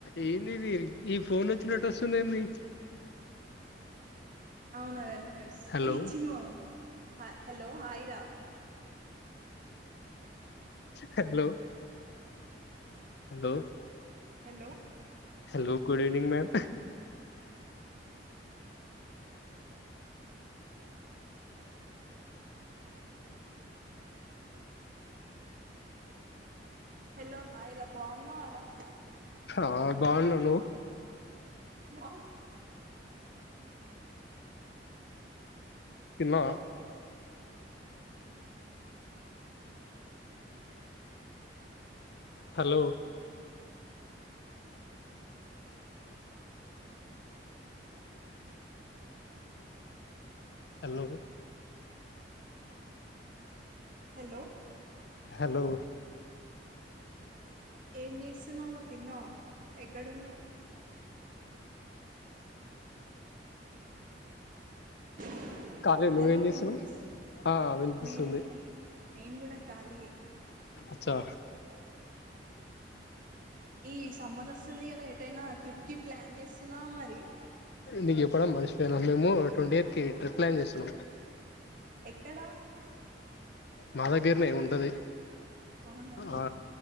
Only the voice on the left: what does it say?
ఏంది మీ ఈ ఫోన్ వచ్చినటు వస్తుంది ఏంది
hello
hello hello
hello good evening ma'am
ఆ బాగున్నా నువ్
ఇన్న హలో హలో
హలో
కాలే నువ్వేం
చేస్తున్నావ్
ఆ వినిపిస్తుంది
అచ్చా
నీకు చెప్పడం మర్చిపోయినా మేము ట్వంటీ ఎయిత్ కి ట్రిప్ ప్లాన్ చేస్తున్నాము
మాదగిరినే ఉంటది
ఆ